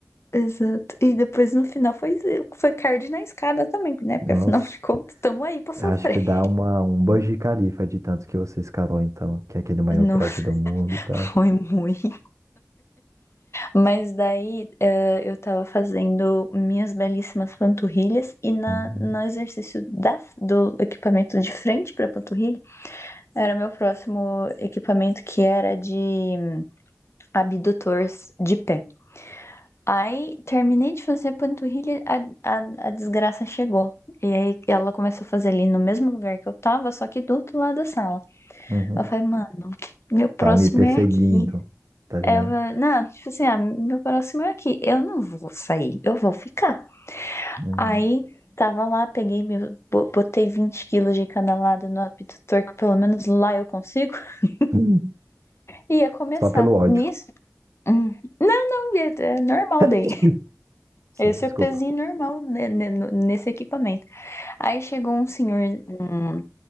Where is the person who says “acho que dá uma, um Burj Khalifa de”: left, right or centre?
Right